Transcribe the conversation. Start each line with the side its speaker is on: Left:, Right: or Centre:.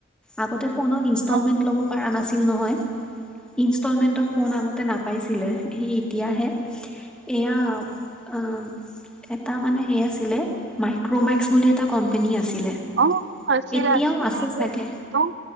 Centre: আগতে ফোনত ইনষ্টলমেণ্ট
Right: অ'।
Centre: ল'ব পৰা নাছিল নহয়। ইনষ্টলমেণ্টত ফোন আগত নাপাইছিলে সি এতিয়াহে এয়া আহ, এটা মানে সেই আছিলে, মাইক্ৰমেক্স বুলি এটা কোম্পেনী আছিলে।
Right: অ', অ', আছিলে-আছিলে।
Centre: এতিয়াও আছে
Right: সেইটো
Centre: চাগে
Right: একদম